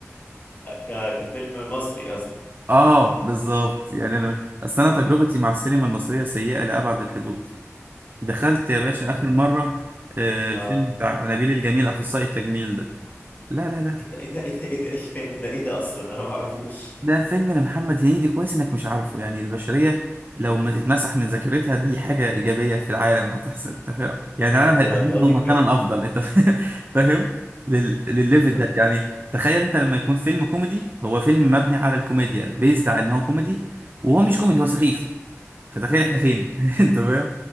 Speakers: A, on the left; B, on the right.
A: ك... كفيلم مصري قصدي
B: <laughs> اه بالظبط يعني
A: مم.
B: انا مش... اصل
A: مم.
B: انا تجربتي
A: مم. مم.
B: مع السينما المصرية سيئة لأبعد الحدود دخلت يا باشا
A: اما انا
B: اخر مرة آه الفيلم
A: اه
B: بتاع نبيل الجميل اخصائي التجميل ده لا لا لا
A: ايه ده ايه ده ايه ده ايه ده ايه الفيلم ده ايه ده اصلا انا ما اعرفوش
B: ده فيلم لمحمد هنيدي كويس انك مش عارفه يعني البشرية لو ما تتمسح من ذاكرتها دي حاجة إيجابية في العالم هتحصل انت فاهم يعني العالم
A: للدرجه
B: هيبقى هياخده
A: دي
B: مكانا
A: بجد
B: أفضل انت <laughs> فاهم لل... للليفل
A: للدر-
B: ده يعني تخيل انت لما يكون فيلم كوميدي هو فيلم مبني على الكوميديا بيزد على ان هو كوميدي وهو مش كوميدي هو سخيف فتخيل احنا فين <laughs> انت فاهم